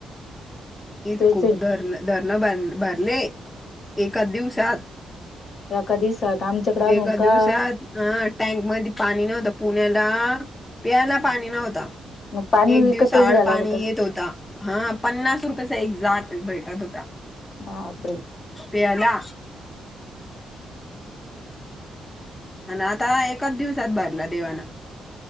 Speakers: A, on the left (about 15°); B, on the left (about 55°).
A: इथ
B: तेच
A: खूप
B: आहे.
A: धरण धरणं ब भारलेय एकाच दिवसात
B: ना एका दिवसात आमच्याकडे अजून
A: एदवसात
B: का
A: आठ टँक मध्ये पाणी नव्हता पुण्याला पियला पाणी नव्हता.
B: मग पाणी
A: एक
B: विकतच
A: दिवस आड
B: घ्या
A: पाणी
B: लागतच
A: येत होता हा पन्नास रुपये एक भेटत होत.
B: ह अप्र
A: पेला आणि आता एकाच दिवसात भरला देवानं.